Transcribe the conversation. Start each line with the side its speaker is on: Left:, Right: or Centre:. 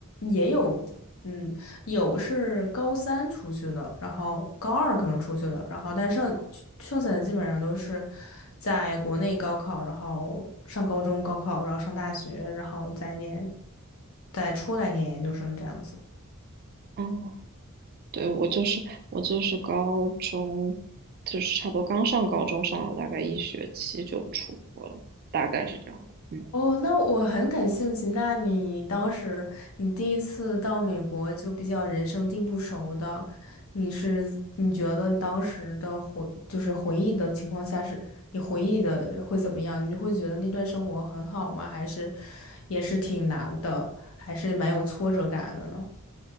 Left: 也有，嗯，有是高三出去的，然后高二可能出去的，然后但剩剩下的基本上都是在国内高考，然后上高中高考，然后上大学，然后再念，再出来念研究生这样子。
Right: 嗯，对，我就是我就是高中，就是差不多刚上高中上了大概一学期就出国了，大概是这样的。嗯
Left: 哦，那我很感兴趣。那你当时你第一次到美国就比较人生地不熟的，你是你觉得你当时的回就是回忆的情况下是，你回忆的会怎么样？你会觉得那段生活很好吗？还是也是挺难的，还是蛮有挫折感的呢？